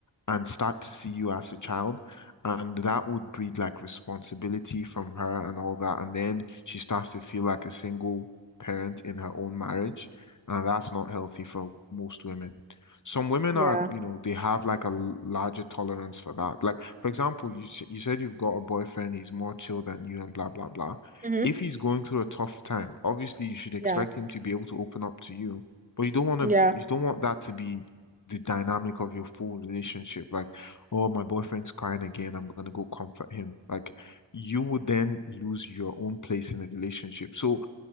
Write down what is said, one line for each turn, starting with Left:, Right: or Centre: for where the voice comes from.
Left: and start to see you as a child. And that would breed like responsibility from her and all that. And then she starts to feel like a single parent in her own marriage. And that's not healthy for most women. Some women
Right: yeah.
Left: are, you know, they have like a l- larger tolerance for that. Like, for example, you s- you said you've got a boyfriend, he's more chill than you and blah, blah, blah.
Right: hmm
Left: If he's going through a tough time, obviously you should expect
Right: Yeah.
Left: him to be able to open up to you, but you don't want
Right: Yeah.
Left: to, you don't want that to be the dynamic of your full relationship. Like, oh, my boyfriend's crying again. I'm gonna go comfort him. Like, you would then lose your own place in the relationship. So